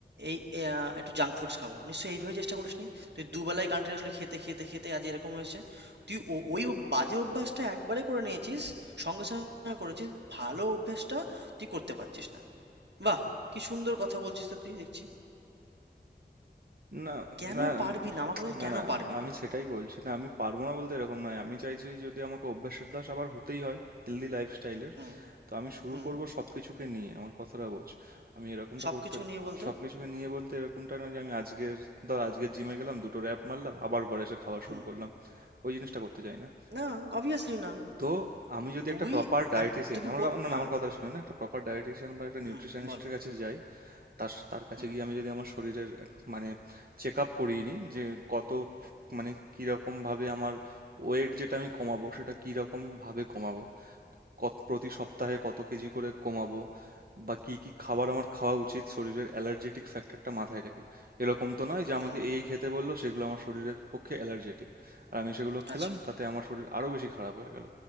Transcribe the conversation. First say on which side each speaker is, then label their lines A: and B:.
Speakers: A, on the right; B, on the right.
A: এই এ, আহ, একটু জাঙ্ক ফুডস খাবো নিশ্চয়ই এইভাবে চেষ্টা করিসনি তুই দুবেলায় কন্টিনিউয়াসলি খেতে খেতে খেতে আজ এরকম হয়েছে তুই ও- ওই অভ- বাজে অভ্যাসটা একবারে করে নিয়েছিস সঙ্গে সঙ্গে করেছিস ভালো অভ্যেসটা তুই করতে পারছিস না বাহ কি সুন্দর কথা বলছিস তো তুই দেখছি
B: না
A: কেন
B: না
A: পারবি না আমার কথাটা
B: না
A: কেন
B: না
A: পারবি
B: আমি
A: না
B: সেটাই বলছি না আমি পারবো না বলতে এরকম নয় আমি চাইছি যদি আমাকে অভ্যাসের দাস আবার হতেই হয় হেলদি লাইফস্টাইলের
A: হুম
B: তো আমি শুরু
A: হুম
B: করব সবকিছুকে নিয়ে আমার কথাটা বোঝ আমি এরকমটা
A: সবকিছু
B: করতে
A: নিয়ে বলতো
B: সবকিছুকে নিয়ে বলতে এরকমটা নয় যে আমি আজকের ধর আজকের জিমে গেলাম দুটো র্যাপ মারলাম আবার ঘরে এসে খাওয়া শুরু
A: হুম
B: করলাম ওই জিনিসটা করতে চাই না
A: না অবভিয়াসলি না
B: তো আমি যদি
A: তুই
B: একটা প্রপার ডায়েটিশিয়ান
A: আমি তোকে
B: আমার
A: বল
B: কা- না না,
A: হ্যাঁ
B: আমার কথা শুনে না একটা প্রপার ডায়েটিশিয়ান বা একটা নিউট্রিশনিস্টের
A: হুম বল
B: কাছে যাই তার তার কাছে
A: হুম
B: গিয়ে আমি যদি আমার শরীরের এক- মানে চেক আপ করিয়ে নিই যে কত মানে কিরকম ভাবে আমার ওয়েট যেটা আমি কমাবো সেটা কিরকম ভাবে কমাবো কত প্রতি সপ্তাহে কত কেজি করে কমাবো বা কি কি খাবার আমার খাওয়া উচিত শরীরের অ্যালার্জেটিক ফ্যাক্টরটা মাথায় রেখে এরকম তো নয় যে
A: হুম
B: আমাকে এই এই খেতে বললো সেগুলো আমার শরীরের পক্ষে অ্যালার্জেটিক আর আমি সেগুলো খেলাম
A: আচ্ছা
B: তাতে আমার শরীর আরো বেশি খারাপ হয়ে গেল